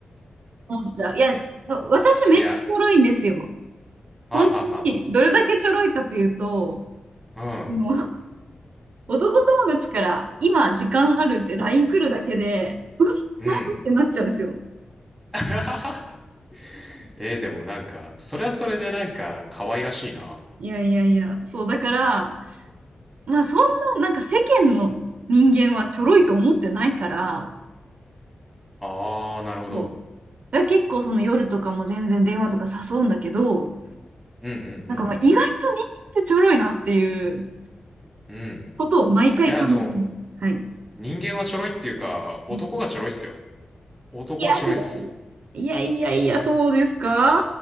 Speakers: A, on the right (about 70°); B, in the centre.
A: 思っちゃう。いや、私めっちゃちょろいんですよ。
B: いや、はあはあは
A: 本当に、どれだけちょろいかというと、
B: あ。
A: あの、男友達から今時間あるって LINE 来るだけで、うわ何ってなっちゃうんですよ。
B: うん、うん。<laughs> えー、でもなんか、それはそれでなんか、可愛らしいな。
A: いやいやいや、そうだから、まあそんな、なんか世間の人間はちょろいと思ってないから、
B: ああ、なるほど。
A: そう。だから結構その夜とかも全然電話とか誘うんだけど、
B: うんう
A: なんかまあ意外と人間っ
B: ん
A: てちょろいなっていう
B: うんうん。うん。
A: ことを毎回感じてます。
B: いや、あの、
A: はい。
B: 人間はちょろいっていうか、男がちょろいっすよ。
A: うん
B: 男はちょろいっす。
A: いやいやいや。いやいやいや、そうですか